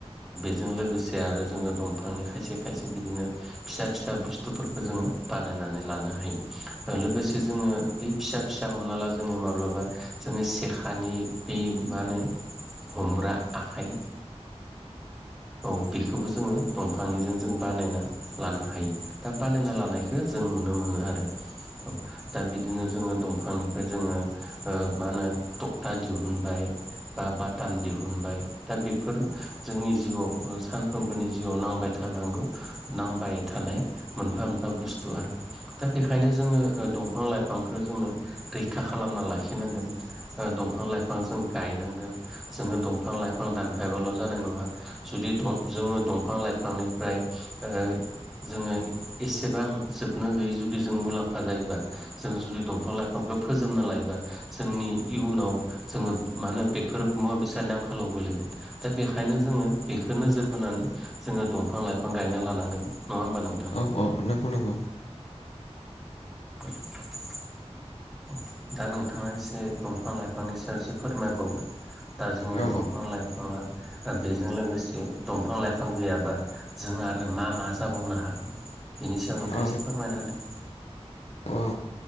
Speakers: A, in the centre; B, on the left.
A: जों लोगोसे आरो जोङो दंफांनि खायसे खायसे बिदिनो फिसा फिसा बुस्थुफोरखौ जोङो बानाय लानो हायो लोगोसे जोङो बे फिसा फिसा हमना ला जोङो माब्लाबा जोङो सेखानि बे मा होनो हमग्रा आखाइ औ बेखौबो जोङो दंफांनिजों जों बानायना लानो हायो। दा बानायना लानायखौ जों नुनो मोन नो मोनला आरो अ दा बिदिनो जोङो दंनिफ्राय जोङो ओ मा होनो खखथा दिहुनबाय बा बाथाम दिहुनबाय दा बेफोरो जोंनि जिउआव ओ सानफ्रोमबोनि जिउआव नांबाय थानांगौ नांबाय थानाय मोनफा मोनफा बुस्थु आरो दा बेखायनो जोङो दंफां लाइफांखौ जोङो रैखा खालामना लाखिनांगोन। ओ दंफां लाइफां जों गायनांगोन जोङो दंफां लाइफां दानफायबाल' जानाय नङा जुदि द जोङो दंफां लाइफांनिफ्राय ओ जोङो एसेबां जोबनो गैयै जुदि जों मुलाम्फा जायोबा जों जुदि दंफां लाइफांखौ फोजोबना लायोबा जोंनि इयुनाव जोङो मा होनो बेफोर मुवा बेसादनि आंखालाव गोलैगोन। दा बेखायनो जोङो बेखौ नोजोर बोनानै जोङो दंफां लाइफां गायना लानांगोन नङा नोंथां
B: औ औ नंगौ नंगौ।
A: <unintelligible> दा नोंथाङा एसे दंफां लाइफांनि सायावसो फोरमायबावदो? दा जोङो
B: औ
A: दंफां लाइफाङा बेजों लोगोसे दंफां लाइफां गैयाबा जों आरो मा मा जाबावनो हागोन बेनि सायाव नोंथाङा
B: औ
A: एसे फोरमायना होदो?
B: औ